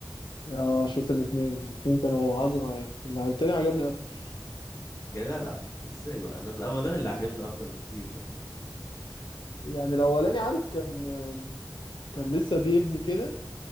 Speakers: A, on the left (about 80°); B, on the left (about 45°).
A: اه شفت الاتنين الاتنين كانوا عظمه يعني اللي- التاني عجبني اكتر
B: يا جدع ازاي بقى انا الاولاني اللي عجبني اكتر بكتير كمان
A: يعني الاولاني عارف كان كان لسه بيبني كده